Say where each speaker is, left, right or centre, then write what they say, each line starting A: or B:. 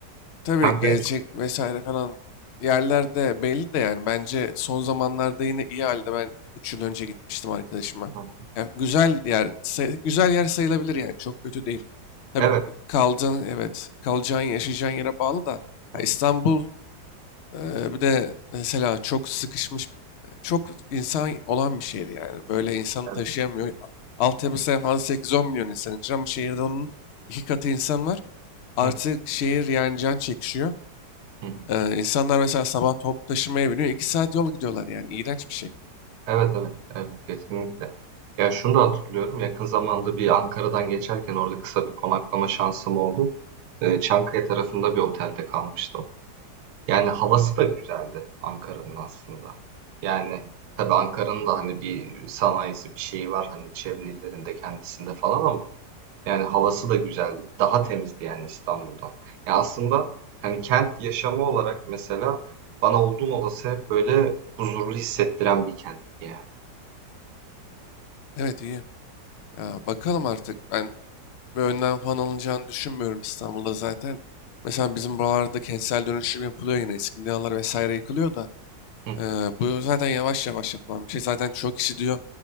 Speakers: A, on the left (about 85°); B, on the right (about 70°).
A: tabii
B: Kanka
A: gezecek vesaire falan yerlerde belli de yani bence son zamanlarda yine iyi halde ben 3 yıl önce gitmiştim arkadaşıma.
B: çok.
A: Yani güzel yer say- güzel yer sayılabilir yani çok kötü değil. Tabii
B: Evet.
A: kaldığın evet kalacağın yaşayacağın yere bağlı da
B: Hı
A: ha,
B: hı.
A: İstanbul Eee, bir de mesela çok sıkışmış, çok insan olan bir şehir yani. Böyle insan
B: Evet.
A: taşıyamıyor. A- Altyapısı falan 8-10 milyon insan için ama şehirde onun iki katı insan var. Artık
B: Hı
A: şehir yani can çekişiyor.
B: hı.
A: Eee insanlar mesela sabah toplu taşımaya biniyor. 2 saat yol gidiyorlar yani. İğrenç bir şey.
B: Evet, evet, evet, kesinlikle. Ya şunu da hatırlıyorum. Yakın zamanda bir Ankara'dan geçerken orada kısa bir konaklama şansım oldu. Ee, Çankaya tarafında bir otelde kalmıştım. Yani havası da güzeldi Ankara'nın aslında. Yani tabii Ankara'nın da hani bir sanayisi bir şeyi var hani çevre illerinde kendisinde falan ama yani havası da güzeldi. Daha temizdi yani İstanbul'dan. Ya aslında hani kent yaşamı olarak mesela bana olduğum olası hep böyle huzurlu hissettiren bir kent yani.
A: Evet iyi. Ya, bakalım artık. Ben bir önlem falan alınacağını düşünmüyorum İstanbul'da zaten. Mesela bizim buralarda kentsel dönüşüm yapılıyor yine. Eski binalar vesaire yıkılıyor da.
B: <laughs>
A: Ee, bu zaten yavaş yavaş yapılan bir şey. Zaten çok kişi diyor